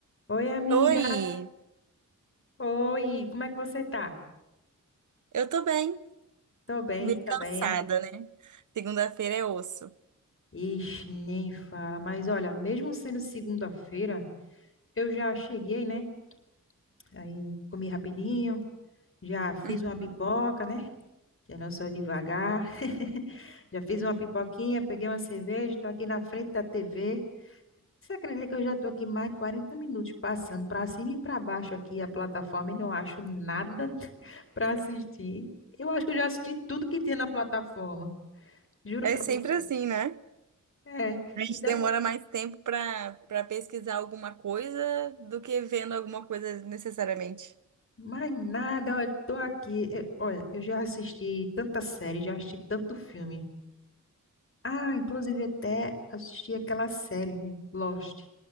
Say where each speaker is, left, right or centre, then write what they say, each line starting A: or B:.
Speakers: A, on the left; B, on the right.
A: Oi, amiga.
B: Oi,
A: Oi, como é que você tá?
B: eu tô bem,
A: Tô bem,
B: meio
A: tô
B: cansada,
A: bem.
B: né? Segunda-feira é osso.
A: Ixi, nem fala. Mas olha, mesmo sendo segunda-feira, eu já cheguei, né? Aí comi rapidinho, já fiz
B: <laughs>
A: uma pipoca, né? Eu não sou devagar. <laughs> Já fiz uma pipoquinha, peguei uma cerveja, tô aqui na frente da TV. Você acredita que eu já tô aqui mais de 40 minutos passando pra cima e pra baixo aqui a plataforma e não acho nada <laughs> pra assistir? Eu acho que eu já assisti tudo que tinha na plataforma. Juro
B: É
A: pra
B: sempre
A: você.
B: assim, né?
A: É,
B: A gente
A: e daí?
B: demora mais tempo pra para pesquisar alguma coisa do que vendo alguma coisa necessariamente.
A: Mais nada, olha, tô aqui. Eu- olha, eu já assisti tanta série, já assisti tanto filme. Ah, inclusive até assisti aquela série, né? Lost.